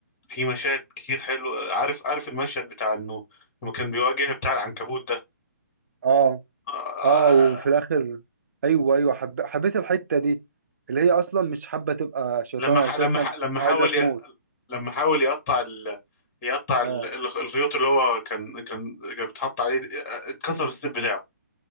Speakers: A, on the left; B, on the right.
A: في مشاهد كتير حلوه عارف عارف المشهد بتاع انه لما كان بيواجه بتاع العنكبوت ده
B: اه
A: آه،
B: اه
A: آه،
B: وفي الاخر ايوه ايوه حب... حبيت الحتة دي اللي هي اصلا مش حابة تبقى شيطانة
A: لما ح-
B: اساسا
A: لما ح- لما
B: عايزة
A: حاول
B: تموت
A: ي- لما حاول يقطع ال... يقطع ال-
B: اه
A: الخيوط اللي هو كان كان كان بيتحط عليه دي، آه، اتكسر السيب بتاعه